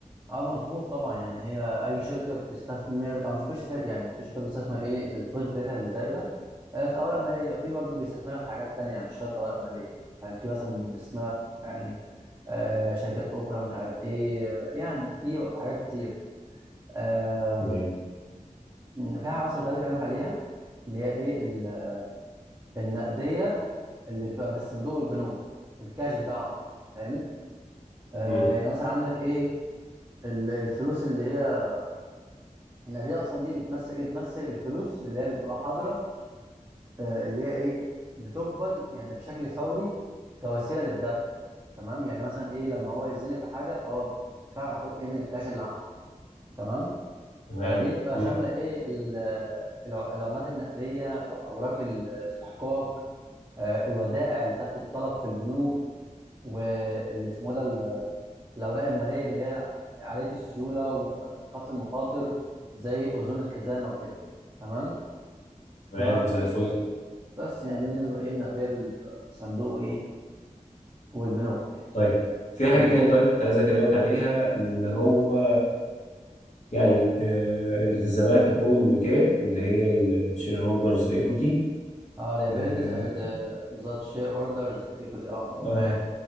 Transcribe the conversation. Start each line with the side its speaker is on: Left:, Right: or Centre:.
Right: اه مظبوط طبعا يعني هي اي شركه بتستثمر او مش كل الشركات يعني في شركه بتستثمر ايه الفلوس بتاعتها اللي زايده آه في اوراق ماليه وفي برضه بيستثمرها في حاجات تانية مش شرط اوراق ماليه يعني في مثلا بيستثمرها في يعني آه شركات اخرى مش عارف ايه آه، يعني في حاجات كتير آه
Left: تمام
Right: م، في حاجه اصلا كنت عايز اكلمك عليها اللي هي ايه ال- النقديه اللي بتبقى في الصندوق والبنوك الكاش بتاعهم يعني فاهم آه
Left: مم.
Right: يعني مثلا عندك ايه ال- الفلوس اللي هي النقديه اصلا دي بتمثل ايه بتمثل الفلوس اللي هي بتبقى حاضره آه، اللي هي ايه بتقبل يعني بشكل فوري كوسيله للدفع تمام يعني مثلا ايه لما هو يتزنق في حاجه فهو بيدفع على طول ايه من الكاش اللي عنده تمام
Left: تمام
Right: فدي بتبقى
Left: مم.
Right: شامله ايه ال- الع- العملات النقديه واوراق الاستحقاق آه، الودائع اللي تحت الطلب في البنوك واللي اسمه ده الاوراق الماليه اللي هي عاليه السيوله ومخافه المخاطر زي اذون الخزانه وكده تمام
Left: تمام
Right: ف
Left: زي الفل
Right: بس يعني دي بالنسبه ايه النقديه بالصندوق وايه والبنوك
Left: طيب في حاجة
Right: امم
Left: تاني طيب كنت عايز أكلمك عليها اللي هو يعني آه، التزامات وحقوق الملكية اللي هي الشير هولدرز ايكوتي
Right: اه liabilities
Left: اه
Right: and uh, بالظبط share orders equity اه
Left: آه،
Right: معاك